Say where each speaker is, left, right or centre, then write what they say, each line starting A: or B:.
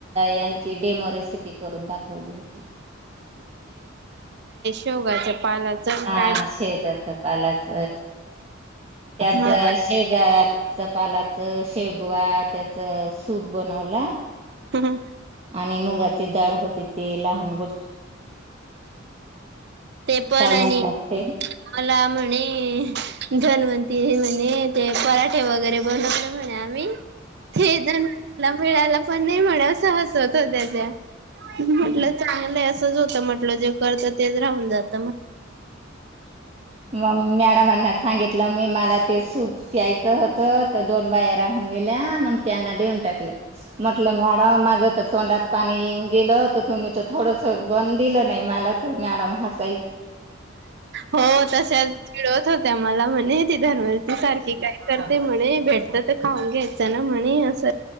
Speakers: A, on the right; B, on the right.
A: यांची डेमो रेसिपी करून दाखवली होती
B: शेवग्याचं पालाच
A: हा
B: काय
A: शेवग्याचा पालाच त्याच
B: हा
A: शेवगा-‍- च्या पालाच शेगवा त्याचं सूप बनवला
B: हम
A: आणि मुगाची डाळ होती ते लहान बो
B: ते पण
A: काय
B: आणि
A: म्हणतात ते
B: मला म्हणे जन्वंती म्हणे ते पराठे वगैरे बनवले म्हणे आम्ही तेदंन मिळायला पण पण नाही म्हणांवस असं हसत होत्या त्या म्हटलं चांगलं होत म्हटलं, जे करत तेच राहून जात
A: मग मॅडमांना सांगितलं मी मला ते सूप प्यायचं होत तर दोन बाया राहून गेल्या, मग त्यांना देऊन टाकलं. म्हटलं मॅडम माझ्या तर तोंडाला पाणी येऊन गेलं होत, तुम्ही तर थोडस पण दिलं नाही मला तर मॅडम हसल्या
B: हो तशाच चिडवत होत्या मला म्हणे धव सारखे काय करती ते म्हणे, भेटत तर खाऊन घ्यायच ना म्हणे अस